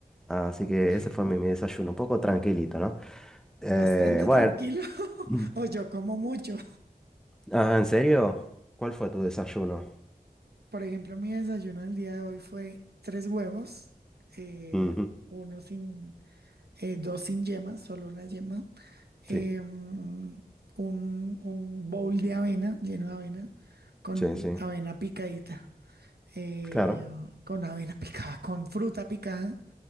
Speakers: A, in the centre; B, on the right (about 85°).
A: Así
B: ok.
A: que ese fue mi, mi desayuno, un poco tranquilito, ¿no? Eh,
B: Bastante
A: bueno,
B: tranquilo. <laughs>
A: Mm.
B: O yo como mucho.
A: ah, ¿en serio? ¿Cuál fue tu desayuno?
B: Por ejemplo, mi desayuno el día de hoy fue tres huevos, eh,
A: Ujú,
B: uno sin, eh, dos sin yema, solo una yema, eh,
A: Sí,
B: un, un bowl de avena, lleno de avena, con
A: sí, sí.
B: avena picadita. eh,
A: Claro.
B: con avena picada, con fruta picada